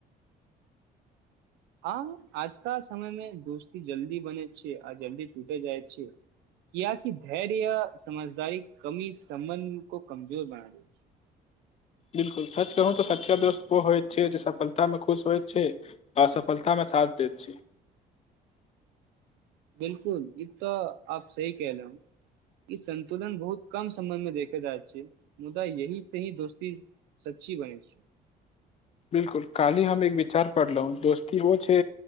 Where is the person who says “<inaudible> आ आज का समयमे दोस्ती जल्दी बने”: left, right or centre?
Right